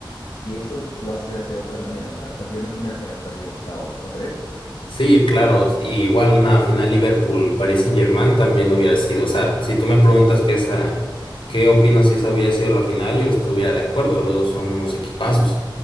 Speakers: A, on the left; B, on the left.
A: Y eso lo hace ver de otra manera, ¿no? Haber perdido una final que haber perdido octavos, ¿no crees?
B: Sí, claro, y igual una final Liverpool-Paris Saint-Germain también hubiera sido, o sea, si tú me preguntas que esa, qué opino si esa hubiera sido la final, yo estuviera de acuerdo, los dos son unos equipazos,